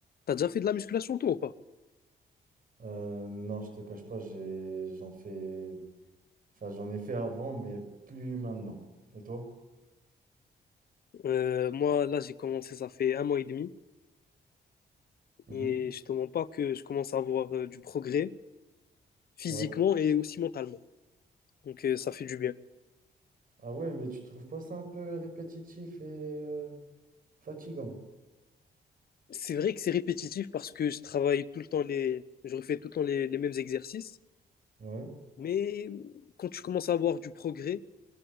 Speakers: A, on the left; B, on the right.
A: T'as déjà fait de la musculation toi ou pas?
B: Euh, non, je te cache pas, j'ai, j'en fais, enfin, j'en ai fait avant, mais plus maintenant. Et toi?
A: Euh, moi là j'ai commencé ça fait un mois et demi
B: Mhm.
A: et je te mens pas que je commence à avoir euh, du progrès physiquement
B: Ouais.
A: et aussi mentalement. Donc euh, ça fait du bien.
B: Ah ouais, mais tu trouves pas ça un peu répétitif et euh, fatigant?
A: C'est vrai que c'est répétitif parce que je travaille tout le temps les, je refais tout le temps les, les mêmes exercices,
B: Ouais.
A: mais quand tu commences à avoir du progrès,